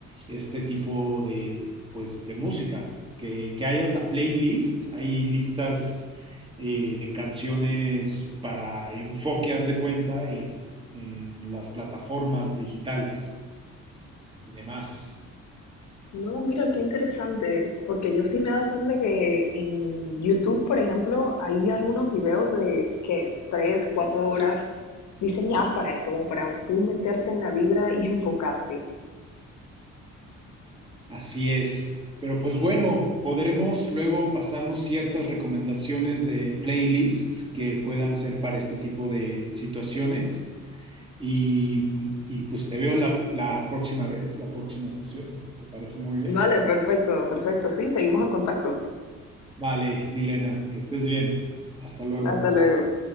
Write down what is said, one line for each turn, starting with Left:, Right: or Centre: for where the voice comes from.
Right: este tipo de, pues, de música, que, que hay hasta playlists, hay listas eh, de canciones para enfoque, haz de cuenta, en, en las plataformas digitales y demás.
Left: No, mira, qué interesante, porque yo sí me he dado cuenta que en YouTube, por ejemplo, hay algunos videos de que tres, cuatro horas diseñadas para esto, como para tú meterte en la vibra y <laughs> enfocarte.
Right: Así es. Pero pues bueno, podremos luego pasarnos ciertas recomendaciones de playlist que puedan ser para este tipo de situaciones. Y, mm, y, pues te veo la, la próxima vez, la próxima sesión. Me parece muy bien.
Left: Vale, perfecto, perfecto. Sí, seguimos en contacto.
Right: Vale, Nilena, que estés bien. Hasta luego.
Left: Hasta luego.